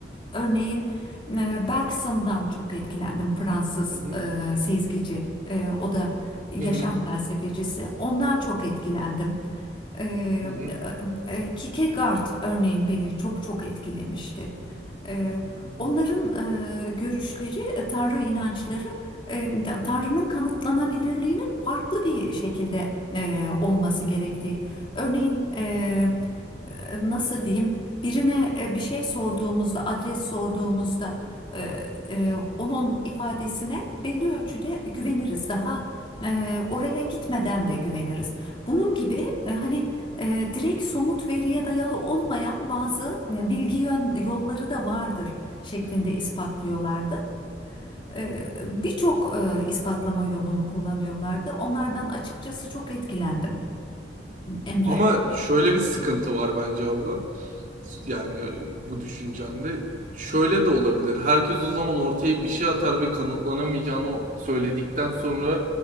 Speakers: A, on the left; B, on the right.
A: örneğin e, Bergson'dan çok etkilendim. Fransız
B: hı hı,
A: e, sezgici, E, o da yaşam
B: hı hı,
A: felsefecisi. Ondan çok etkilendim. Ee,
B: hı hı,
A: e, Kierkegaard örneğin beni çok çok etkilemişti. Ee,
B: hı hı,
A: Onların
B: hı
A: e, görüşleri, e, Tanrı inançları, e, Tanrı'nın kanıtlanabilirliğini farklı bir şekilde e, olması gerektiği. Örneğin e,
B: hı.
A: nasıl diyeyim birine e, bir şey sorduğumuzda adres sorduğumuzda e, e, onun ifadesine belli ölçüde güveniriz. Daha e, oraya gitmeden de güveniriz. Bunun gibi e, hani e, direkt somut veriye dayalı olmayan bazı e, bilgi yön, yolları da vardır şeklinde ispatlıyorlardı. Eee, birçok eee, ispatlama yolunu kullanıyorlardı. Onlardan açıkçası çok etkilendim. Emre,
B: Ama şöyle bir sıkıntı var bence abla. Yani bu düşüncende şöyle de olabilir. Herkes o zaman ortaya bir şey atar ve kanıtlanamayacağını söyledikten sonra